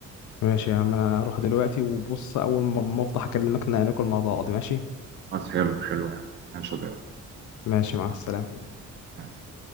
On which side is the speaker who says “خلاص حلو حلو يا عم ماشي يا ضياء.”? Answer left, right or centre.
Right